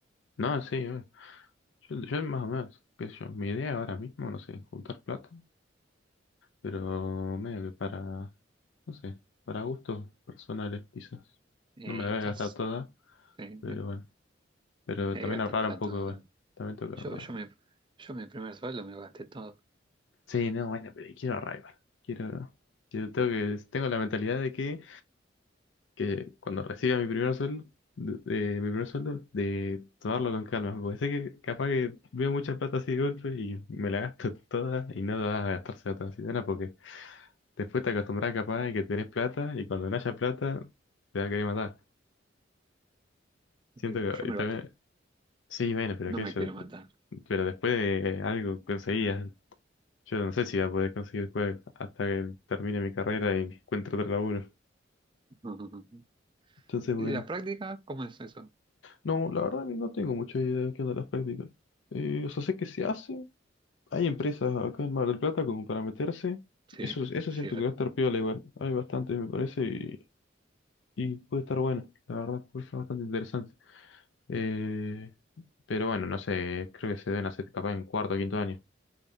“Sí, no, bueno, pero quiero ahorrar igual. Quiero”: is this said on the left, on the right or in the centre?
Left